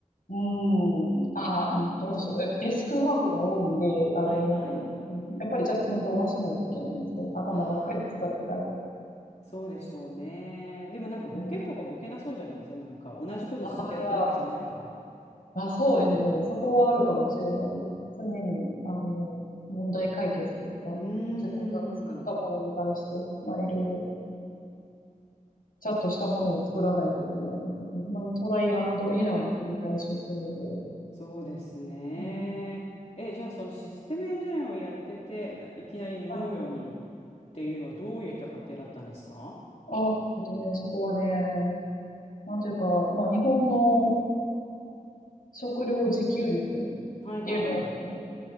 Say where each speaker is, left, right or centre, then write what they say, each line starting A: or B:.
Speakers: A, on the left; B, on the left.
A: うん。ああ、うんどうでしょう。デスクワークが多いんで、あの、
B: はいはい。
A: うんやっぱりちゃんと運動はしないといけないんですよね。頭ばっかり使ってたら。
B: ああ、
A: う
B: そうでしょうね。でもなんかボケとかボケなそうじゃありませんなんか同じことずっとやってるわけじゃないから。
A: んああまあ、そうですね。そこはあるかもしれないです。常に、あの、問題解決というか、
B: うーん。
A: 自分が作ったものに対して、まあ、いろいろ、ちゃんとしたものを作らないといけないので、ほんまにトライアンドエラーの繰り返しをするんで、
B: そうですね。
A: うん
B: え、じゃあそのシステムエンジニアをやってて、いきなり農業にっていうのはどういった家庭だったんですか
A: はい。あ、えっとね、そこはね、なんというか、まあ、日本の食料自給率っ
B: はいはい。
A: ていうの